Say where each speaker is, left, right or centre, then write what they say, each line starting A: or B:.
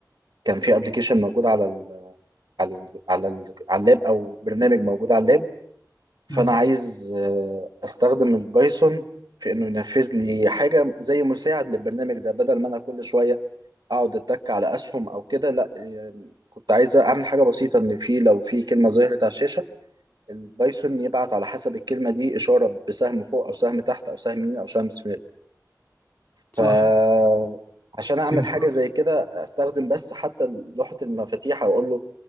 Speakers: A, on the right; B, on the left.
A: كان في ابلكيشن موجود على ال على ال على ال على اللاب او برنامج موجود على اللاب فانا
B: مم.
A: عايز آه، استخدم البايثون في انه ينفذ لي حاجة زي مساعد للبرنامج ده بدل ما انا كل شوية اقعد اتك على اسهم او كده لا يعني كنت عايز اعمل حاجة بسيطة ان في لو في كلمة ظهرت على الشاشة البايثون يبعت على حسب الكلمة دي إشارة بسهم فوق او سهم تحت او سهم يمين او سهم شمال
B: صح
A: فعشان اعمل
B: تنفع
A: حاجه زي كده استخدم بس حتى لوحه المفاتيح او اقول له